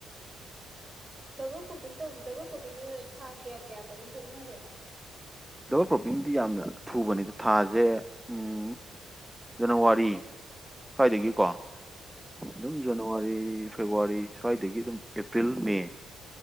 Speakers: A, on the right; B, in the centre.
A: ꯗꯕꯜ ꯀꯣꯄꯤꯡ ꯇꯧꯕꯁꯦ ꯗꯕꯜ ꯀꯣꯄꯤꯡꯁꯤꯗ ꯊꯥ ꯀꯌꯥ ꯀꯌꯥꯗꯒ ꯂꯣꯛꯅꯒꯦ
B: ꯗꯕꯜ ꯀ꯭ꯔꯣꯞꯄꯤꯡꯗꯤ ꯌꯥꯝꯅ ꯊꯨꯕꯅꯤꯗ ꯊꯥꯁꯦ ꯎꯝ ꯖꯅꯋꯥꯔꯤ ꯁ꯭ꯋꯥꯏꯗꯒꯤꯀꯣ ꯑꯗꯨꯝ ꯖꯅꯋꯥꯔꯤ ꯐꯦꯕꯋꯥꯔꯤ ꯁ꯭ꯋꯥꯏꯗꯒꯤ ꯑꯗꯨꯝ ꯑꯦꯄ꯭ꯔꯤꯜ ꯃꯦ